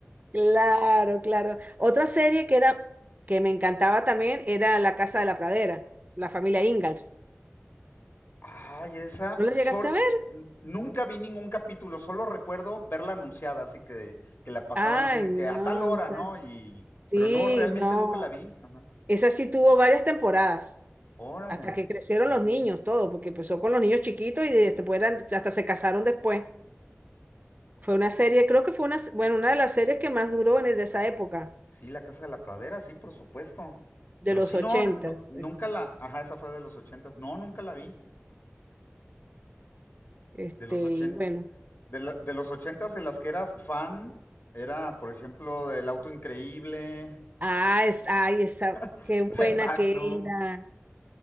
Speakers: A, on the right; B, on the left.
A: Claro, claro. Otra serie que era, que me encantaba también era La Casa de la Pradera, la familia Ingalls.
B: Ay, esa
A: ¿No la
B: sol
A: llegaste a ver?
B: n- nunca vi ningún capítulo, solo recuerdo verla anunciada, así que que la pasaban
A: Ay,
B: así de
A: no.
B: que a tal hora,
A: ta-
B: ¿no? Y
A: Sí,
B: pero no, realmente
A: no.
B: nunca la vi. Ajá.
A: Esa sí tuvo varias temporadas,
B: Órale.
A: hasta que crecieron
B: Ujú.
A: los niños, todo, porque empezó con los niños chiquitos y después eran- hasta se casaron después. Fue una serie, creo que fue una, bueno, una de las series que más duró en, de esa época,
B: Sí, La Casa de la Pradera, sí, por supuesto.
A: de
B: Pero
A: los
B: sí,
A: ochentas.
B: no, nu- nunca la, ajá, esa fue de los ochentas. No, nunca la vi.
A: Este,
B: De los ochenta,
A: y bueno.
B: de la- de los ochentas de las que era fan, era, por ejemplo, del Auto Increíble,
A: Ah, es, ay, esa,
B: <laughs>
A: qué buena
B: de Magnum.
A: que era.